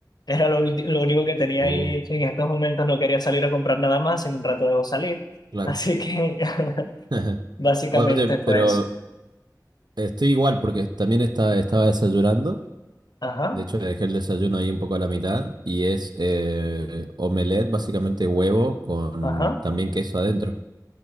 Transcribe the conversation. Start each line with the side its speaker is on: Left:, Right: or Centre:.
Left: Era lo, ulti- lo único que tenía
Right: Oh,
Left: ahí. En estos momentos no quería salir a comprar nada más, en un rato debo salir.
Right: claro.
Left: Así que <laughs>
Right: <laughs>
Left: básicamente
Right: Oye, pero
Left: fue eso.
Right: estoy igual porque también estaba, estaba desayunando.
Left: Ajá,
Right: De hecho, dejé el desayuno ahí un poco a la mitad. Y es eh, omelette, básicamente huevo con
Left: ajá.
Right: también queso adentro.